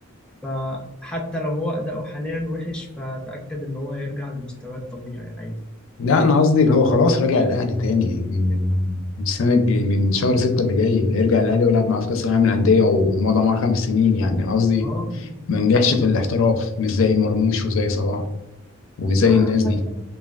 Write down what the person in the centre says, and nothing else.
فحتى لو هو اداؤه حاليا وحش فتاكد ان هو هيرجع لمستواه الطبيعي عادي
اه
عامة